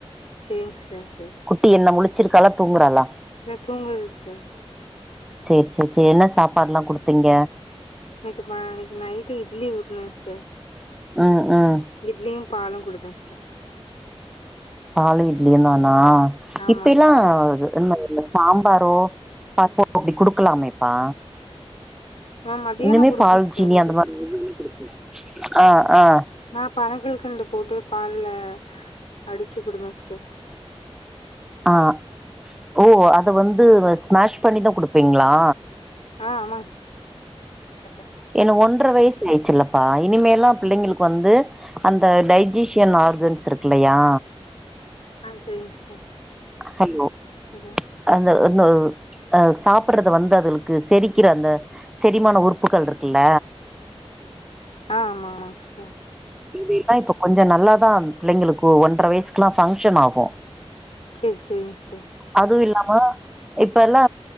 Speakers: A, on the left; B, in the centre.
A: சேரிங் சிஸ்டர் சேரிங்க
B: குட்டி என்ன முழிச்சிருக்காலா தூங்குறாளா
A: ந தூங்குது சிஸ்டர்
B: சேர் சேர் சே என்ன சாப்பாட்ல்லாம் குடுத்தீங்க
A: இன்னைக்கு ம இன்னைக்கு நைட்டு இட்லி ஊட்டுனேன் சிஸ்டர்
B: ம் ம்
A: இட்லியும் பாலும் குடுத்தேன் சிஸ்டர்
B: பாலும் இட்லியும் தானா
A: ஆமாங்க
B: இப்ப எல்லாம்
A: சிஸ்டர்
B: இந்த சாம்பாரோ <unintelligible> அப்டி குடுக்கலாமேப்பா
A: ஆ மதியானோ
B: இன்னுமே
A: குடுப்பே
B: பால்
A: சிஸ்டர்
B: ஜீனி
A: அது
B: அந்த மாரி குடுக்க அ அ
A: நா பனகல் கண்டு போட்டு பால்ல அடிச்சி குடுப்பேன் சிஸ்டர்
B: ஆ ஓ அத வந்து ஸ்மாஷ் பண்ணிதான் குடுப்பீங்ளா
A: ஆ ஆமாங் சிஸ்டர்
B: ஏனா ஒன்றரை வயசு ஆயிடுச்சுல்லப்பா இனிமேல்லா பிள்ளைங்களுக்கு வந்து அந்த டைஜிசியன் ஆர்கன்ஸ் இருக்குல்லையா
A: ஆ சேரிங் சிஸ்டர்
B: ஹலோ
A: <inaudible>
B: அந்த அந்த அ சாப்பிடுறது வந்து அதுகளுக்கு செரிக்கிற அந்த செரிமான உறுப்புகள் இருக்குல்ல
A: ஆ ஆமா ஆமா சிஸ்டர்
B: இது இல்லா இப்போ கொஞ்சோ நல்லாதா பிள்ளைங்களுக்கு ஒன்றரை வயசுக்கெல்லாம் ஃபங்க்ஷன் ஆகு
A: சேரி சேரிங்க சிஸ்டர்
B: அதுவு இல்லாம இப்ப எல்லா